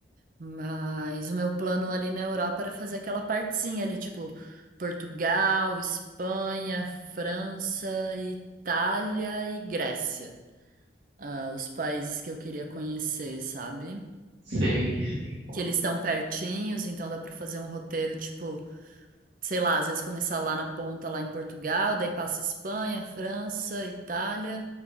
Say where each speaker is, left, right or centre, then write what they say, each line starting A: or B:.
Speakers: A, on the right; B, on the right.
A: Mas o meu plano ali na Europa era fazer aquela partezinha ali, tipo, Portugal, Espanha, França, Itália e Grécia. Ah, os países que eu queria conhecer, sabe?
B: Sei, sei. como
A: Que eles estão pertinhos, então dá pra fazer um roteiro, tipo. sei lá, às vezes começar lá na ponta, lá em Portugal, daí passa Espanha, França, Itália